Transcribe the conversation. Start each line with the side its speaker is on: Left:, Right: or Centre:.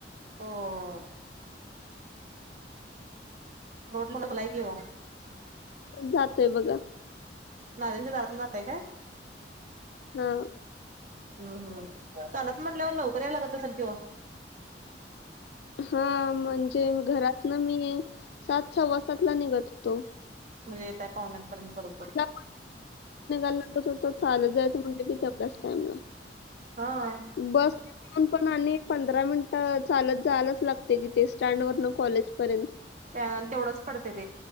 Right: हम्मं रोडं झालांय की ओ
Left: जातोयं बघां
Right: नाल्यांच्या दारातूंन जातांय कायं
Left: हां
Right: हम्म हम्मं चालतं म्हंटल्यावर लवकरं यां लागतं असेलं किं हो
Left: हां म्हंणजे घरांत नां मी सांत संवा सांतलां निघंत होतो
Right: म्हंणजे येतंय पावनेआंठपर्यंत बरोबर
Left: घा लागतं हो चालतं जायचं म्हणते कि तेवढ्यांच टाइमलां
Right: हां
Left: बसं पणं आणि पंधरां मिनिटं चालतं जायंलाच लागते तिथे स्टँड वरनं कॉलेजपर्यंत
Right: प्यांनन तेवढंच पडतंय ते